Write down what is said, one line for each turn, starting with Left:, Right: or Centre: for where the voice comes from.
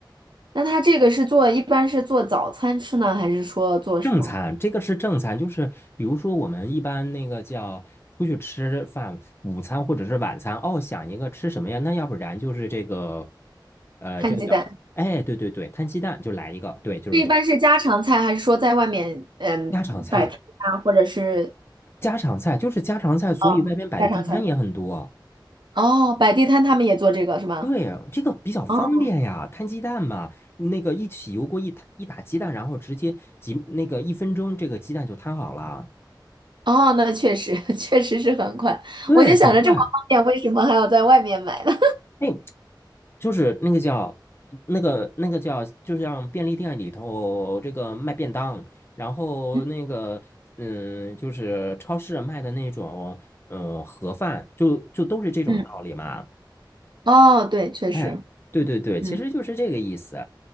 Right: 那它这个是做，一般是做早餐吃呢，还是说做什么？
Left: 正餐，这个是正餐，就是比如说我们一般那个叫出去吃饭，午餐或者是晚餐，哦，想一个吃什么呀？那要不然就是这个，呃，
Right: 摊鸡蛋，
Left: 这个叫什么？哎，对对对，摊鸡蛋就来一个，对，就是这个
Right: 这一般是家常菜，还是说在外面嗯摆摊啊，
Left: 家常菜，
Right: 或者是
Left: 家常菜就是家常菜，所以外边摆地摊也很多。
Right: 嗯家常菜？哦，摆地摊他们也做这个是吗？
Left: 对，这个比较方便呀，
Right: 哦
Left: 摊鸡蛋嘛，那个一起油锅一摊一打鸡蛋，然后直接几那个一分钟，这个鸡蛋就摊好了。
Right: 哦，那确实 <laughs> 确实是很快。
Left: 对，
Right: 我就想着这么方便，
Left: 很快。
Right: 为什么还要在外面买呢？
Left: 哎，就是那个叫那个那个叫，就像便利店里头这个卖便当，然后那个嗯，
Right: <laughs> 嗯
Left: 就是超市卖的那种嗯盒饭，就就都是这种道理嘛。
Right: 嗯哦，对，确实，
Left: 哎，对对对，
Right: 嗯
Left: 其实就是这个意思，